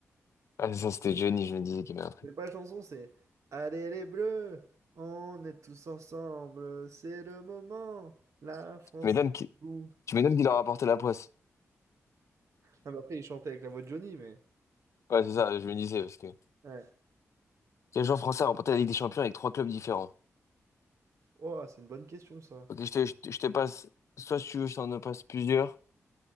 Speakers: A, on the left; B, on the right.
A: Ah, c'est ça, c'était Johnny, je me disais qu'il y avait un truc.
B: C'est pas la chanson, c'est Allez les Bleus, on est tous ensemble, c'est le moment, la France
A: Tu m'étonnes
B: est
A: qu'il
B: debout.
A: tu m'étonnes qu'il leur a apporté la poisse.
B: Ah, mais après, il chantait avec la voix de Johnny, mais...
A: Ouais, c'est ça, je me disais, parce que
B: Ouais.
A: les joueurs français ont remporté la Ligue des Champions avec trois clubs différents.
B: Oh, c'est une bonne question, ça.
A: Ok, je te, je te, je te passe, soit si tu veux, je t'en passe plusieurs.